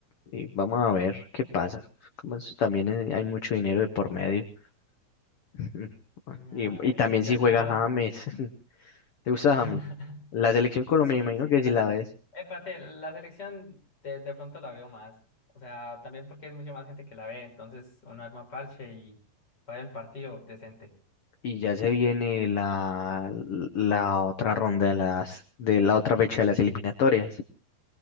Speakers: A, on the left; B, on the left.
A: Y vamos a ver qué pasa. Como eso también eh, hay mucho dinero de por medio. <laughs>
B: Nada,
A: Y,
B: dale.
A: y también
B: De
A: si
B: acá.
A: juega James. <laughs> ¿Te gusta
B: <laughs>
A: James? La selección Colombia,
B: Sí,
A: me imagino
B: sí,
A: que
B: dale.
A: si la
B: Eh,
A: ves.
B: espérate, la selección de, de pronto la veo más. O sea, también porque hay mucha más gente que la ve, entonces uno arma parche y para el partido decente.
A: Y ya se viene la, la otra ronda de las, de la otra fecha de las eliminatorias. Hay